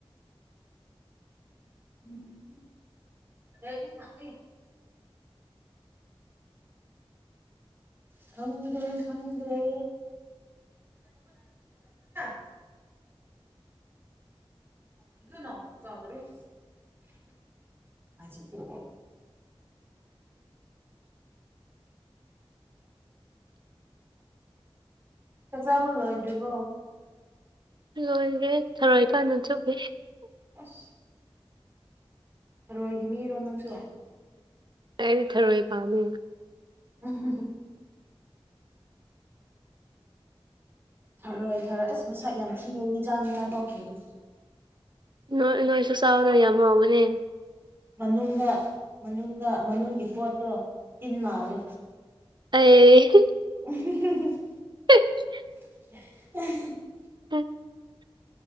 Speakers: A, on the right; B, on the right.
A: <inaudible>
B: <unintelligible>
A: ꯈꯡꯗꯔꯦ ꯈꯡꯗꯔꯦ <unintelligible> <unintelligible> ꯆꯥꯛ ꯆꯥꯕ ꯂꯣꯏꯗꯔ꯭ꯤꯕꯣ
B: ꯂꯣꯏꯈ꯭ꯔꯦ ꯊꯔꯣꯏ ꯀꯟꯅ ꯆꯨꯞꯄꯤ
A: ꯑꯁ ꯊꯔꯣꯏꯒꯤ ꯃꯤꯔꯣ ꯅꯪꯁꯨ
B: ꯑꯩꯗꯤ ꯊꯔꯣꯏ ꯄꯥꯝꯃꯦ
A: ꯎꯝ ꯊꯔꯣꯏ ꯊꯔꯣꯏ ꯑꯁ ꯃꯁꯛ ꯌꯥꯝ ꯊꯤꯔꯦꯗꯤ ꯆꯥꯅꯤꯡꯉꯥꯏ ꯄꯣꯛꯇꯔ
B: ꯅꯣꯏ ꯅꯣꯏꯁꯨ ꯆꯥꯎꯅ ꯌꯥꯝ ꯍꯥꯎꯕꯅꯦ
A: ꯃꯅꯨꯡꯗ ꯃꯅꯨꯡꯗ ꯃꯅꯨꯡꯒꯤ ꯄꯣꯠꯇꯣ ꯇꯤꯟ ꯃꯥꯜꯂꯦ
B: ꯑꯩ
A: <unintelligible>
B: <unintelligible>
A: <unintelligible>
B: <inaudible>